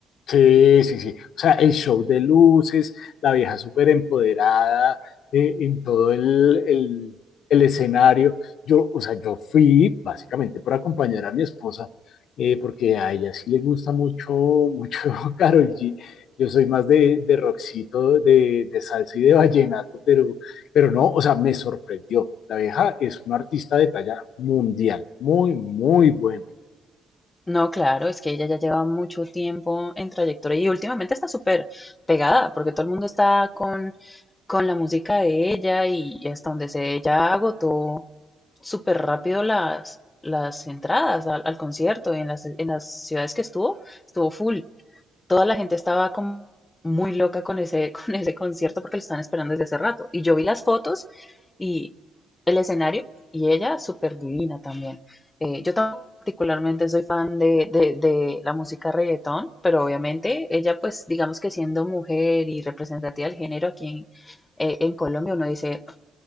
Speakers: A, on the left; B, on the left.
A: Sí, sí, sí. O sea, el show de luces, la vieja súper empoderada eh, en todo el, el- el escenario. Yo, o sea, yo fui básicamente por acompañar a mi esposa, eh, porque a ella sí le gusta mucho, mucho <laughs> Karol G. Yo soy más de, de rockcito, de, de salsa y de vallenato, pero, pero no, o sea, me sorprendió. La vieja es una artista de talla mundial, muy, muy buena.
B: No, claro, es que ella ya lleva mucho tiempo en trayectoria y últimamente está súper pegada, porque todo el mundo está con, con la música de ella y hasta donde se ella agotó súper rápido las, las entradas al, al concierto y en las, en las ciudades que estuvo, estuvo full. Toda la gente estaba como muy loca con ese, <laughs> con ese concierto porque lo estaban esperando desde hace rato. Y yo vi las fotos y el escenario y ella súper divina también. Eh, yo tampoco particularmente soy fan de, de, de la música reggaetón, pero obviamente ella pues digamos que siendo mujer y representativa del género aquí en, eh, en Colombia uno dice,